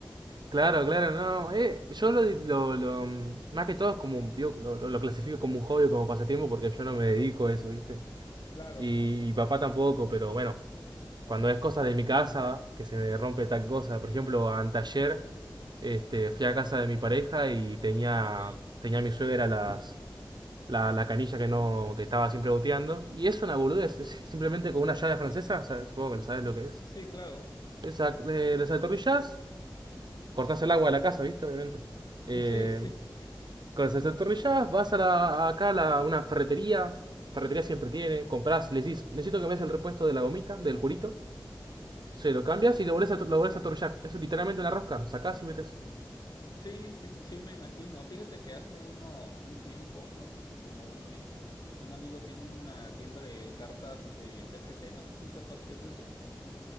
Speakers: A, on the right; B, on the left.
A: Claro, claro, no. eh, yo lo, lo- lo- más que todo es como, digo, lo, lo- lo clasifico como un hobby o como pasatiempo porque yo no me dedico a eso, ¿viste?
B: Claro,
A: Y, papá tampoco, pero bueno, cuando es cosa de mi casa, que se me rompe tal cosa. Por ejemplo, antayer este, fui a casa de mi pareja y tenía,
B: ok.
A: tenía mi suegra las, la, la canilla que no que estaba siempre goteando. Y es una boludez, es simplemente con una llave francesa, o sea, supongo que sabes lo que es.
B: Sí, claro.
A: Esa, eh, les atornillás, cortás el agua de la casa, ¿viste? Obviamente.
B: <laughs>
A: Eh,
B: Sí, sí, sí.
A: con las atornillás, vas a la, acá a la- una ferretería, ferretería siempre tiene, comprás, le decís, necesito que me des el repuesto de la gomita, del curito. Sí, lo
B: Ajá.
A: cambias y lo volvés a, lo volvés a torullar. Es literalmente una rosca. Sacás y metes.
B: Sí, sí, sí me imagino. Fíjate que hace uno, un tiempo, no sé si como un mes, un amigo tiene una tienda de cartas de TCG, no sé si sepas qué es eso.